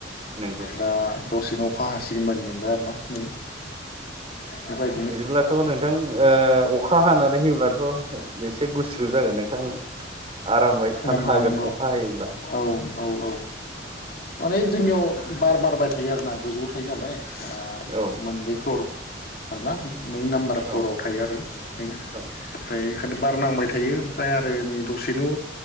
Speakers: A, on the right; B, on the left.
A: नंगौ
B: दा दसेनो अखा हासिगोन बादि मोनदों आरो ना नै बेबाय
A: बिदिब्लाथ' नोंथां ओ अखा हानानै होयोब्लाथ' एसे गुसुु जागोन नोंथां आरामै थानो
B: नंगौ
A: हागोन
B: नंगौ
A: अखा हायोब्ला।
B: औ औ औ माने जोंनियाव बार बारबाय थायो आरोना गोजौआव थायो नालाय। ओ
A: औ
B: मोननै फ्लर आरोना नै नाम्बार फ्लराव
A: औ
B: थायो आरो नै ओमफ्राय
A: औ
B: बेखायनो बार नांबाय थायो ओमफ्राय आरो नै दसेनो